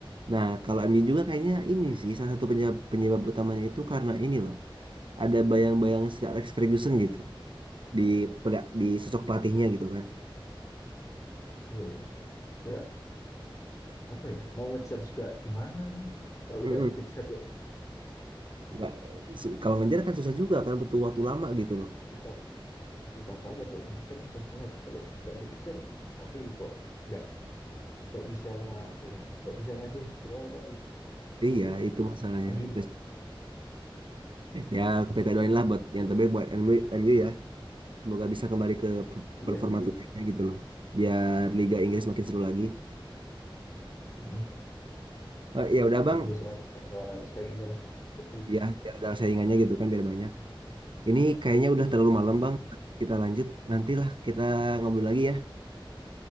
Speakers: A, on the right (about 65°); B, on the left (about 35°).
A: nah kalau MU juga kayaknya ini sih salah satu penyebab, penyebab utamanya itu karena ini loh ada bayang-bayang Sir Alex Ferguson gitu di di sosok pelatihnya gitu kan
B: Iya sih. Kayak apa ya? Mau ngejar juga gimana? Kalau
A: Mm-mm.
B: nggak dikejar kok
A: nggak su- kalau ngejar kan susah juga kan butuh waktu lama gitu loh
B: eh, susah susah banget. Kalau dikejar susah banget. Kalau nggak dikejar tapi kok nggak nggak bisa apa ya? Nggak bisa ngasih juara gitu.
A: iya
B: Ya,
A: itu masalahnya
B: MU.
A: terus ya kita doain lah buat yang terbaik buat MU, ya semoga bisa kembali ke pe-
B: Iya
A: performa
B: sih.
A: terbaiknya gitu loh biar Liga Inggris makin seru
B: Mm,
A: lagi
B: mm.
A: Eh, ya udah
B: Biar
A: bang
B: bisa ada saingannya lah. Liverpool.
A: ya biar ada saingannya gitu kan biar banyak ini kayaknya udah terlalu malam bang kita lanjut nantilah kita ngobrol lagi ya